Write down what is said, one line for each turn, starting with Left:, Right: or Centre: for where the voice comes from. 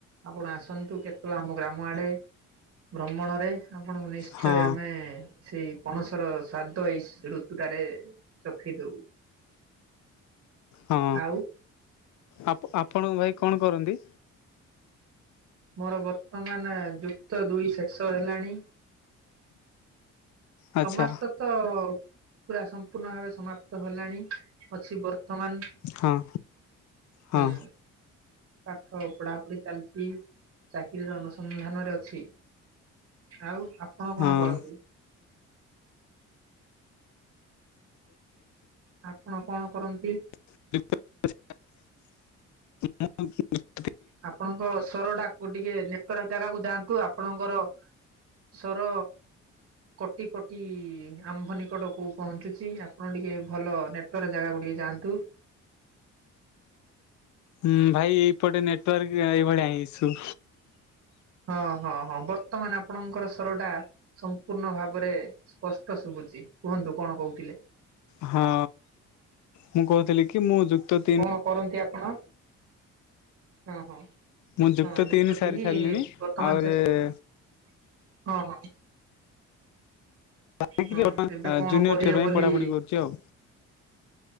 Right: ଆପଣ ଆସନ୍ତୁ କେତେବେଳେ ଆମ ଗ୍ରାମ ଆଡ଼େ। ଭ୍ରମଣରେ। ଆପଣଙ୍କୁ ନିଶ୍ଚୟ
Left: ହଁ
Right: ଆମେ ସେଇ ପଣସର ସ୍ଵାଦ ଏଇ ସ ଋତୁଟାରେ ଚଖେଇଦୋବୁ।
Left: ହଁ
Right: ଆଉ
Left: ଆପ ଆପଣଙ୍କ ଭାଇ କଣ କରନ୍ତି?
Right: ମୋର ବର୍ତ୍ତମାନେ ଯୁକ୍ତ ଦୁଇ ଶେଷ ହେଲାଣି।
Left: ଆଚ୍ଛା
Right: ସମାପ୍ତ ତ ପୁରା ସମ୍ପୂର୍ଣ୍ଣ ଭାବେ ସମାପ୍ତ ହେଲାଣି ଅଛି ବର୍ ତମାନ
Left: ହଁ ହଁ
Right: ହୁଁ। ପାଠ ପଢ଼ାପଢ଼ି ଚାଲିଚି ଚାକିରିର ଅନୁସନ୍ଧାନରେ ଅଛି। ଆଉ ଆପଣ କଣ
Left: ହଁ।
Right: କରନ୍ତି? ଆପଣ କଣ କରନ୍ତି?
Left: <unintelligible> <unintelligible>
Right: ଆପଣଙ୍କ ସ୍ୱରଟାକୁ ଟିକେ ନେଟୱାର୍କ ଜାଗାକୁ ଯାଆନ୍ତୁ ଆପଣଙ୍କର ସୋର କଟି କଟି ଆମ୍ଭ ନିକଟକୁ ପହଞ୍ଚୁଚି ଆପଣ ଟିକେ ଭଲ ନେ ୱାର ଜାଗାକୁ ଟିକେ ଯାଆନ୍ତୁ।
Left: ହୁଁ ଭାଇ ଏଇପଟେ ନେଟୱାର୍କ ଏଇଭଳିଆ ହିଁ ଇସୁ।
Right: ହଁ ହଁ ହଁ ବର୍ତ୍ତମାନ ଆପଣଙ୍କର ସୋରଟା ସମ୍ପୂର୍ଣ୍ଣ ଭାବରେ ସ୍ପଷ୍ଟ ଶୁଭୁଛି କୁହନ୍ତୁ କଣ କହୁଥିଲେ।
Left: ହଁ ମୁଁ କହୁଥିଲି କି ମୁଁ ଯୁକ୍ତ ତିନି
Right: କଣ କରନ୍ତି ଆପଣ? ହଁ ହଁ
Left: ମୁଁ
Right: ହଁ ଯୁକ୍ତ
Left: ସାରି
Right: ତିନି
Left: ସାରିଲିଣି
Right: ବର୍ତ୍ତମାନ
Left: ଆହୁରି
Right: ଶେଷ ହଁ ହଁ।
Left: ଜୁନିୟର
Right: ହଁ ଏବେ କଣ କରିବେ
Left: ଟିୟର ପାଇଁ
Right: ବୋଲି
Left: ପଢାପଢି କରୁଛି ଆଉ